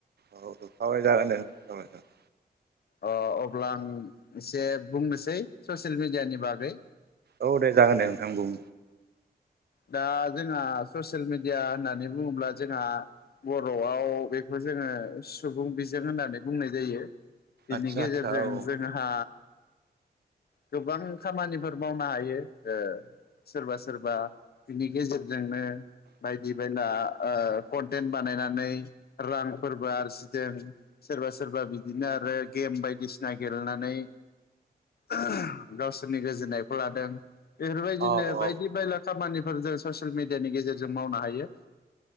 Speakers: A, on the right; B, on the left.
A: औ सावराय जागोन दे सावराय जागोन।
B: अ- अब्ला आं एसे बुंनोसै ससेल मिडियानि बागै।
A: औ दे जागोन दे नोंथां बुं।
B: दा जोंहा ससेल मिडिया होननानै बुङोब्ला जोंहा बर'आव बेखौ जोङो सुबुं बिजों होननानै बुंनाय जायो। बिनि
A: आदसा
B: गेजेरजों
A: आदसा औ
B: जोंहा गोबां खामानिफोर मावनो हायो ओ सोरबा-सोरबा बिनि गेजेरजोंनो बायदि-बायला ओ कन्टेन्ट बानायनानै रांफोरबो आरजिदों। सोरबा-सोरबा बिदिनो आरो गेम बायदिसिना गेलेनानै <inaudible> गावसोरनि गोजोननायखौ लादों बेफोरबायदिनो
A: औ
B: बायदि-
A: औ
B: बायला खामानिफोर जों ससियेल मिडियानि गेजेरजों मावनो हायो